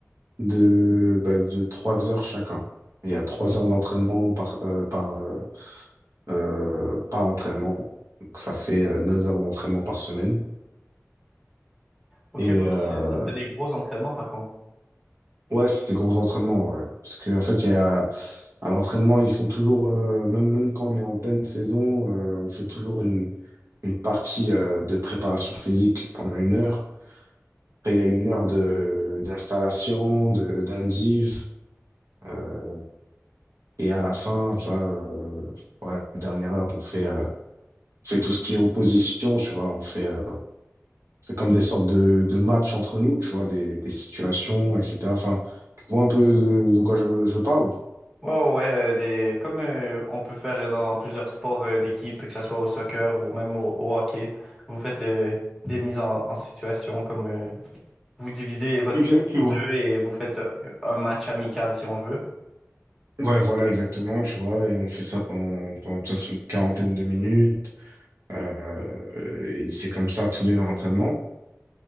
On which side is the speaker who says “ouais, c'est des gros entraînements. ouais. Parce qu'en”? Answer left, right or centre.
Right